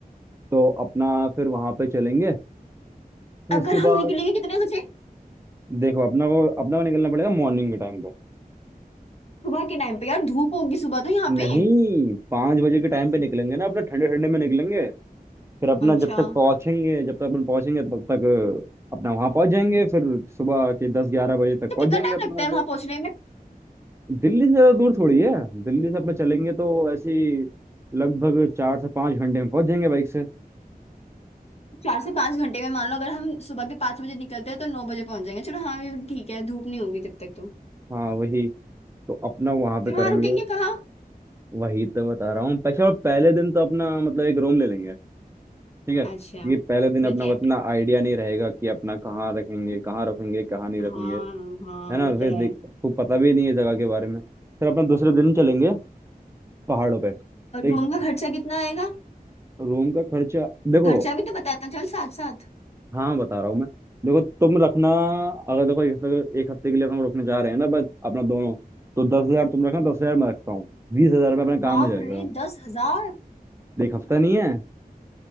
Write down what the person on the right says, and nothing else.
तो अपना फिर वहां पे चलेंगे फिर
उसके
बाद
देखो अपना को अपना को निकलना पड़ेगा मॉर्निंग के टाइम पे
नहीं
पाँच बजे के टाइम पे निकलेंगे ना अपना ठंडे ठंडे में निकलेंगे फिर अपना
जब तक पहुंचेंगे जब तक अपन पहुंचेंगे तब तक अपना वहां पहुंच जाएंगे फिर सुबह के दस ग्यारह बजे तक
पहुंच
जाएंगे
अपना
वहाँ
पे
दिल्ली से ज्यादा दूर थोड़ी है दिल्ली से अपना चलेंगे तो ऐसे ही लगभग चार से पाँच घंटे में पहुंच जाएंगे बाइक से
हाँ वही तो अपना वहां पे
करेंगे
वही तो बता रहा हूँ पैसे और पहले दिन तो अपना मतलब एक रूम ले लेंगे ठीक है
क्योंकि पहले दिन
अपना
को इतना आइडिया नहीं रहेगा कि अपना कहाँ रखेंगे कहाँ रखेंगे कहाँ नहीं
रखेंगे
है
ना फिर
देख को पता भी नहीं है जगह के बारे में फिर अपना दूसरे दिन चलेंगे पहाड़ों पे
एक
रूम का खर्चा देखो
हाँ बता रहा हूँ मैं देखो तुम रखना अगर देखो एक हफ्ते एक हफ्ते के लिए अपन रुकने जा रहे हैं ना बस अपना दोनों तो दस हजार तुम रखना दस हजार मैं रखता हूँ बीस हजार में अपना काम
हो जाएगा
देख हफ्ता नहीं है